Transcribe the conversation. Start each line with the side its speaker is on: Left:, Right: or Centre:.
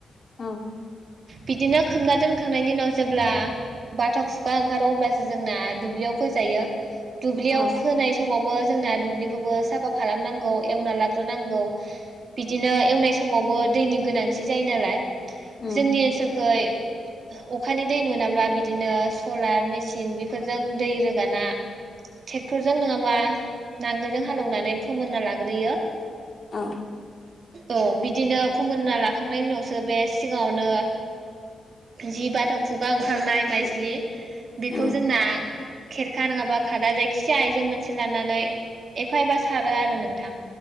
Left: औ
Right: बिदिनो खोमना दोनखांनायनि उनाव जेब्ला बाथाव खुगा ओंखारो अब्लासो जोंना दुब्लियाव फोजायो दुब्लियाव
Left: औ
Right: फोनाय समावबो जोंना दुब्लिखौबो साफा खालामनांगौ एवना लाग्रो नांगौ बिदिनो एवनाय समावबो दैनि गोनांथि जायो नालाय
Left: उम
Right: जोंनि ओनसोलखै अखानि दै मोनाब्ला बिदिनो सलार मेसिन बेफोरजों दै रो गोना ट्रेक्टरजों नङाबा नांगोलजों हालएवनानै फोमोनना लाग्रोयो
Left: औ
Right: औ बिदिनो फोमोनना लाखांनायनि उनावसो बे सिगाङावनो जि बाथ' खुगा ओंखारनाय माइज्लि बेखौ
Left: उम
Right: जोंना खेरखा नङाबा खादा जायखिजाया आइजें मोनसे लानानै एफा एफा सारो आरो नोंथां।